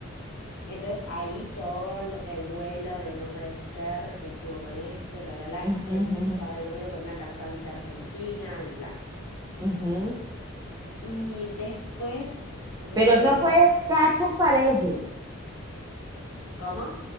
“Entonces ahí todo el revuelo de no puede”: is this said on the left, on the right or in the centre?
Left